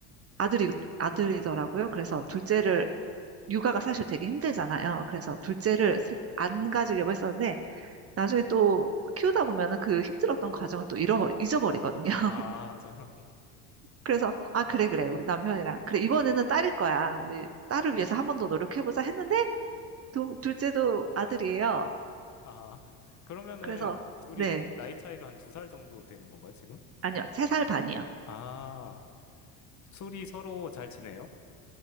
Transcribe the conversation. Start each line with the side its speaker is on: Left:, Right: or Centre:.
Right: 아들이 아들이더라고요. 그래서 둘째를 육아가 사실 되게 힘들잖아요. 그래서 둘째를 세- 안 가지려고 했었는데 나중에 또 키우다 보면은 그 힘들었던 과정을 또 잃어버리, 잊어버리거든요.
Left: 아,
Right: <laughs>
Left: 저는
Right: 그래서 아 그래 그래 우리 남편이랑 그래 이번에는 딸일 거야. 우리 딸을 위해서 한 번 더 노력해보자 했는데 두, 둘째도 아들이에요.
Left: 아, 그러면은
Right: 그래서,
Left: 둘이
Right: 네,
Left: 나이 차이가 한 두 살 정도 되는 건가요, 지금?
Right: 아니요, 세 살 반이요.
Left: 아, 둘이 서로 잘 지내요?